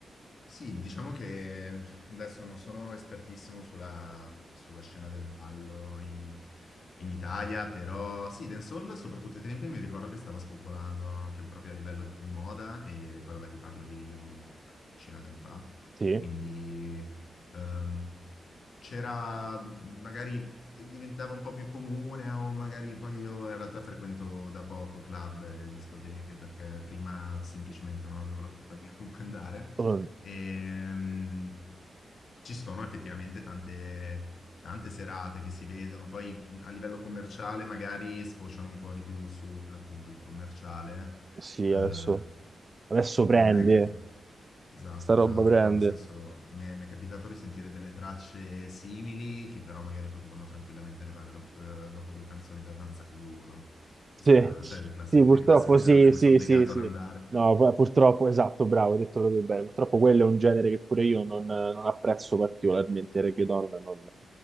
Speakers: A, on the left; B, on the right.
A: Sì, diciamo che adesso non sono espertissimo sulla, sulla scena del ballo in, in Italia, però sì, dancehall soprattutto ai tempi mi ricordo che stava spopolando anche proprio a livello di moda e poi vabbè ti parlo di una decina d'anni fa,
B: Sì,
A: quindi ehm, c'era magari eh, diventava un po' più comune o magari poi io in realtà frequento da poco club e discoteche perché prima semplicemente non avevo la compagnia con cui andare
B: Mm,
A: e mm, ci sono effettivamente tante tante serate che si vedono poi mm, a livello commerciale magari sfociano un po' di più sull'appunto il commerciale
B: sì,
A: eh,
B: adesso, adesso prende,
A: non è capito Esatto,
B: sta roba
A: esatto,
B: prende.
A: però nel senso mi è mi è capitato di sentire delle tracce simili che però magari potevano tranquillamente arrivare dop uhm, dopo 2 canzoni da Danza Kuduro. Questa
B: Sì,
A: sai le classi
B: sì, purtroppo
A: le classiche serate
B: sì,
A: a cui
B: sì,
A: sei obbligato
B: sì, sì.
A: ad andare.
B: No, pu- purtroppo, esatto, bravo, hai detto proprio bene. Purtroppo quello è un genere che pure io non, non apprezzo particolarmente, il reggaeton non,